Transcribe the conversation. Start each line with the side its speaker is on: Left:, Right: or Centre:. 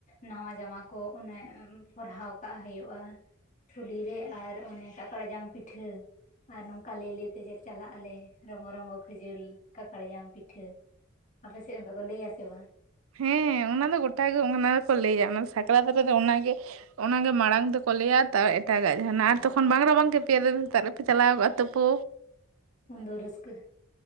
Left: ᱱᱟᱣᱟ ᱡᱟᱢᱟ ᱠᱚ ᱚᱱᱮ ᱯᱚᱨᱦᱟᱣ ᱠᱟᱜ ᱦᱩᱭᱩᱜᱼᱟ ᱛᱷᱩᱞᱤ ᱨᱮ ᱟᱨ ᱚᱱᱮ ᱠᱟᱠᱲᱟ ᱡᱟᱝ ᱯᱤᱴᱷᱟᱹ ᱟᱨ ᱱᱚᱝᱠᱟ ᱞᱟᱹᱭ ᱞᱟᱹᱭ ᱛᱮ ᱪᱟᱞᱟᱜ ᱟᱞᱮ ᱨᱚᱝᱜᱚ ᱨᱚᱝᱜᱚ ᱠᱷᱟᱹᱡᱟᱹᱲᱤ ᱠᱟᱠᱟᱲ ᱡᱟᱝ ᱯᱤᱴᱷᱟᱹ ᱟᱯᱮ ᱥᱮᱫ ᱚᱱᱠᱟ ᱠᱚ ᱞᱟᱹᱭ ᱟᱥᱮ ᱵᱟᱝ?
Right: ᱦᱮᱸ ᱚᱱᱟ ᱫᱚ ᱜᱚᱴᱟ ᱜᱮ ᱚᱱᱟ ᱫᱚᱠᱚ ᱞᱟᱹᱭᱟ ᱚᱱᱟ ᱫᱚ ᱥᱟᱠᱨᱟᱛ ᱨᱮᱫᱚ ᱚᱱᱟᱜᱮ ᱚᱱᱟᱜᱮ ᱢᱟᱲᱟᱝ ᱫᱚᱠᱚ ᱞᱟᱹᱭᱟ ᱛᱟ ᱮᱴᱟᱜᱟᱜ ᱡᱟᱸᱦᱟᱱᱟᱜ ᱟᱨ ᱛᱚᱠᱷᱚᱱ ᱵᱟᱝ ᱨᱟᱵᱟᱝ ᱠᱮᱯᱮᱭᱟ ᱟᱫᱚ ᱥᱮᱛᱟᱜ ᱨᱮᱯᱮ ᱪᱟᱞᱟᱣ ᱠᱚᱜᱼᱟ ᱛᱳᱯᱳ
Left: ᱩᱱ ᱫᱚ ᱨᱟᱹᱥᱠᱟᱹ